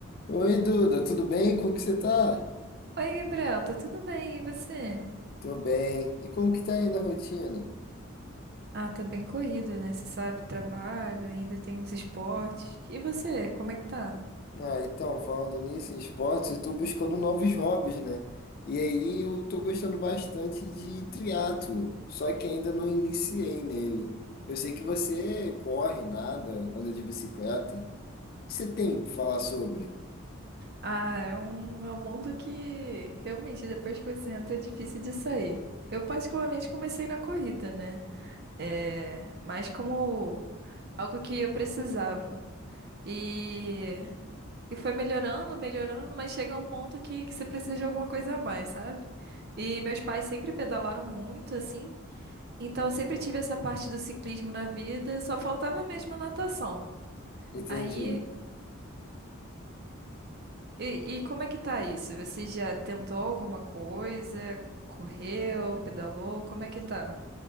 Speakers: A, on the left (about 45°); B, on the right (about 50°).
A: Oi, Duda, tudo bem? Como que você tá?
B: Oi, Gabriel, tá tudo bem? E você?
A: Tô bem. E como que tá aí na rotina?
B: Ah, tá bem corrido, né? Você sabe, trabalho, ainda tem os esportes. E você, como é que tá?
A: Ah, então, falando nisso, em esportes, eu tô buscando novos hobbies, né? E aí eu tô gostando bastante de triatlo, só que ainda não iniciei nele. Eu sei que você corre, nada, anda de bicicleta. O que você tem pra falar sobre?
B: Ah, é um, é um mundo que realmente depois que você entra é difícil de sair. Eu particularmente comecei na corrida, né? É, mas como algo que eu precisava. E, e foi melhorando, melhorando, mas chega a um ponto que, que você precisa de alguma coisa a mais, sabe? E meus pais sempre pedalaram muito, assim. Então, eu sempre tive essa parte do ciclismo na vida, só faltava mesmo a natação.
A: Entendi.
B: Aí, e, e como é que tá isso? Você já tentou alguma coisa? Correu, pedalou? Como é que tá?